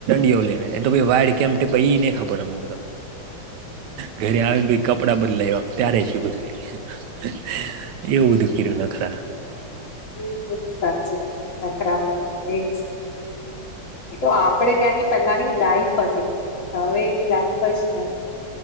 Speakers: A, on the right (about 75°); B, on the left (about 45°).
A: ઈયો લેવે ત બી વાળી કેમ કે નઈ એને ખબર અમને ત. ઘરે આવી ન પઈ ત કપડા બદલાયા ત્યારે સીયુ બધુ એય, એવું બધું કર્યું નખરા.
B: એ બધુ સાચે જ નખરા બધા એજ એ તો આપડે ત્યાંની પેલાની લાઈફ હતી, હવે એવી લાઈફ જ નથી.